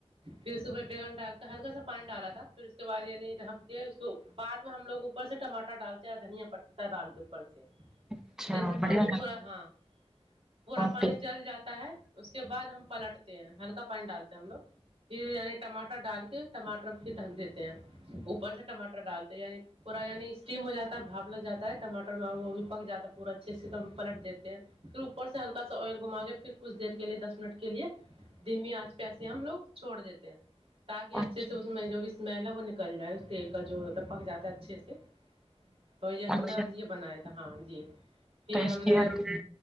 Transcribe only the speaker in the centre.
اچھا
بڑھیا
بہت
اچھا
اچھا
ٹیسٹی
ہوتی ہے